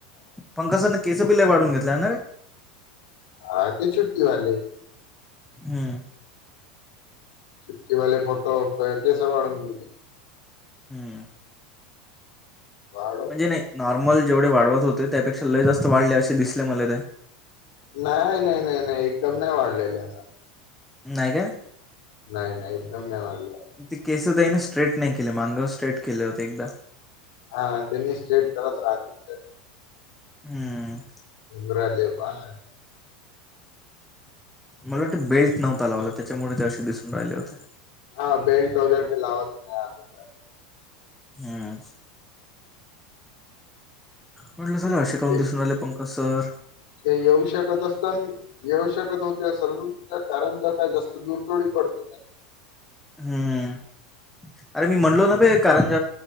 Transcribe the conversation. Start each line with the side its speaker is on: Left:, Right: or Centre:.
Centre: पंकसात केच बिलय वाढवून घेतला आहे ना रे.
Left: हा ते छुट्टी वाले.
Centre: हम्म.
Left: <inaudible> छुट्टी वाे फोटो केस आडून मले.
Centre: हम्म.
Left: वा.
Centre: म्हणजे नाही नॉर्मल जेवढे वाढवत होते त्यापेक्षा लय जास्त वाढले असे दिसले मला ते.
Left: नाही नाही नाही नाही एकदम नाही वाढलेले असं.
Centre: नाही काय?
Left: नाही नाही एकदम नाही लाग.
Centre: ते केसतही ना स्ट्रेट नाही केले मांगव स्ट्रेट केले होते एकदम.
Left: हा त्यांनी स्ट्रेट करत राहतील ते.
Centre: हम्म.
Left: उंगरा ल पाला <inaudible>
Centre: मला वाटतं बेल्ट नव्हता लावला त्याच्यामुळे ते असे दिसून राहिले होते.
Left: हा बेल्ट वगैरे ते लावत नाही आतुशात.
Centre: हम्म म्हटलं झाला असे काऊून
Left: ते
Centre: दिसून आले पं. तसं.
Left: ते येऊ शकत असत. ही येवश्यकत न होती सरृतीच्या कारण ज्या काय जास्त दूरतोडी पडते त्या.
Centre: हम्म. <inaudible> अरे मी म्हणलो ना भे कारण ज